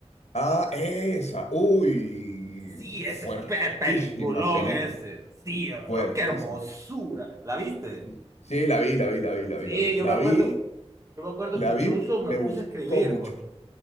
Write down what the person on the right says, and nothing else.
Sí,
ese es pe- peliculón
ese. Sí, oh,
qué hermosura. ¿La viste?
Sí,
yo
me acuerdo,
yo me acuerdo
que incluso
me puse
a escribir,
Jorge.